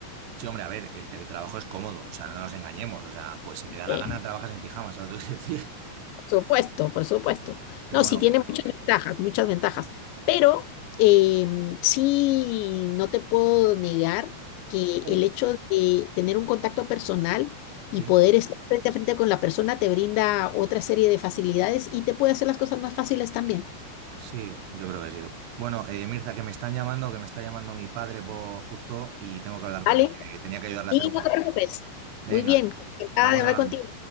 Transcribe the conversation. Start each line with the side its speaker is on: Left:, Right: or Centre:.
Right: Sí, hombre, a ver, el teletrabajo es cómodo, o sea, no nos engañemos. O sea, pues si te da la
Left: Eh,
Right: gana, trabajas en pijama, ¿sabes lo que quiero decir?
Left: Por supuesto, por supuesto.
Right: Pero
Left: No,
Right: bueno,
Left: sí tiene
Right: co-
Left: muchas ventajas, muchas ventajas, pero eh, sí no te puedo negar que
Right: Sí.
Left: el hecho de tener un contacto personal y
Right: sí.
Left: poder estar frente a frente con la persona te brinda otra serie de facilidades y te puede hacer las cosas más fáciles también.
Right: Sí, yo creo que sí. Bueno, eh, Mirza, que me están llamando, que me está llamando mi padre por justo y tengo que hablar con
Left: ¿Vale?
Right: él, que tenía que ayudarle
Left: Y
Right: a hacer un
Left: no
Right: favor.
Left: te preocupes.
Right: Venga,
Left: Muy bien, encantada
Right: vamos
Left: de hablar
Right: hablando.
Left: contigo.